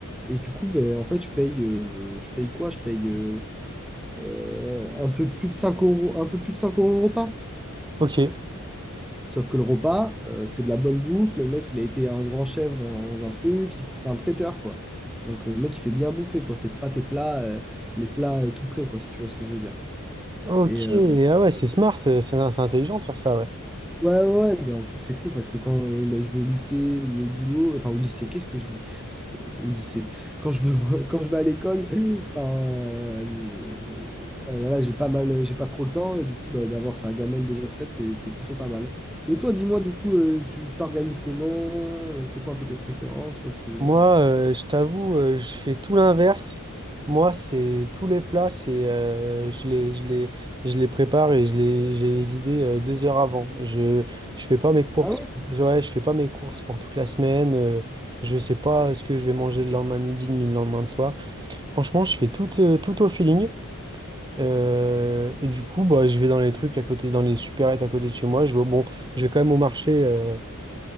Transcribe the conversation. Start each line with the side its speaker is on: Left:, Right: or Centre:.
Centre: Et du coup, ben, en fait, je paye, euh, je paye quoi? Je paye euh, euh, un peu plus de 5 euros, un peu plus de 5 euros le repas.
Right: ok.
Centre: Sauf que le repas, euh, c'est de la bonne bouffe. Le mec, il a été un grand chef dans un truc. il- C'est un traiteur, quoi. Donc, euh, le mec, il fait bien bouffer, quoi. C'est pas tes plats, euh, les plats euh, tout prêts, quoi, si tu vois ce que je veux dire.
Right: Ok,
Centre: Et euh,
Right: ah ouais, c'est smart, euh, c'est c'est intelligent de faire ça, ouais.
Centre: ouais, ouais, ouais. ben, en plus, c'est cool parce que quand euh, ben, je vais au lycée ou au boulot, enfin, au lycée, qu'est-ce que je dis? au lycée. Quand je veux, <laughs> quand je vais à l'école, <laughs> enfin, euh, euh, voilà, j'ai pas mal, j'ai pas trop le temps et du coup, bah, d'avoir sa gamelle déjà de fait, c'est c'est plutôt pas mal. Et toi, dis-moi, du coup, euh, tu t'organises comment? Euh, C'est quoi un peu tes préférences sur le sujet?
Right: Moi, euh, je t'avoue, euh, je fais tout l'inverse. Moi, c'est tous les plats, c'est euh, je les, je les, je les prépare et je les, j'ai les idées euh, deux heures avant. Je, je fais pas mes courses.
Centre: Ah ouais?
Right: je- Ouais, je fais pas mes courses pour toute la semaine. euh, je sais pas ce que je vais manger le lendemain midi ni le lendemain de soir. Franchement, je fais tout, euh, tout au feeling. Euh, et du coup, bah, je vais dans les trucs à côté, dans les supérettes à côté de chez moi. Je vais, au- bon, je vais quand même au marché euh,